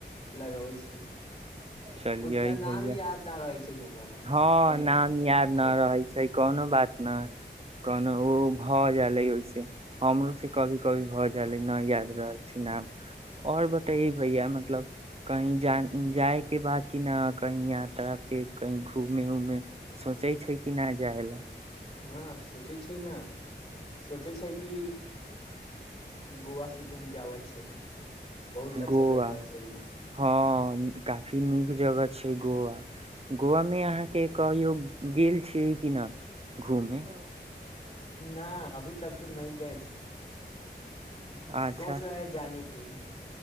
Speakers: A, on the left; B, on the right.
A: लगबै छै
B: चलिये
A: उतना नामी
B: भैया
A: याद न रहै छै हमरा भाईजान
B: हँ
A: बोले
B: नाम यार न
A: भाय
B: रहै छै कोनो बात न कोनो ओ भऽ जाले ओहिस हमरो से कभी कभी भऽ जाले न याद रहै छै नाम आओर बते भैया मतलब कही जा जाय के बा किी न कही यात्रा पे कहीं घूमे उमे सोचै छै कि नहि जाय लए
A: हँ सोचै छै ने सोचै छै कि गोवा से घूम के आबै छै बहुत अच्छा
B: गोव
A: जगह छै उ
B: हँ काफी नीक जगह छै गोवा गोवामे अहाँके कहियौ गेल छियै कि न घूमे
A: न अभी तक तऽ नहि गए छै
B: अच्छा
A: सोच रहे है जाानके के लिए